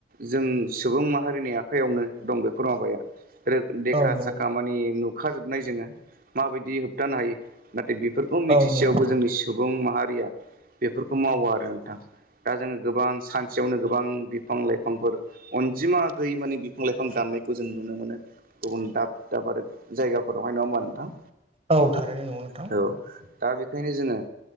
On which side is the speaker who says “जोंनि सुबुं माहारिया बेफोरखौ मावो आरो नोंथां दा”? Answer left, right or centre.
Right